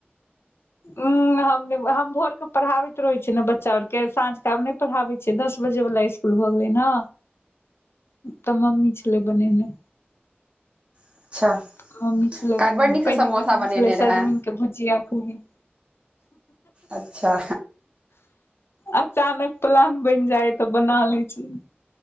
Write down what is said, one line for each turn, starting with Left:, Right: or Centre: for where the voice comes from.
Left: ह हम भोर के पढ़ाबैत रहे छियै ने बच्चा आर के साँझ के आब पढ़ाबे छियै दस बजे वाला इकूल <unintelligible> भऽ गेलै ने तऽ मम्मी छले बनेने
Right: अच्छा
Left: मम्मी छलै
Right: काल्हि
Left: बनेने
Right: बड़ नीकसँ
Left: पहिने
Right: समोसा
Left: बनेने छलै
Right: रहै
Left: सजमन कऽ भुजिया पूरी
Right: अच्छा
Left: अचानक प्लान बनि जाय तऽ बना ले छी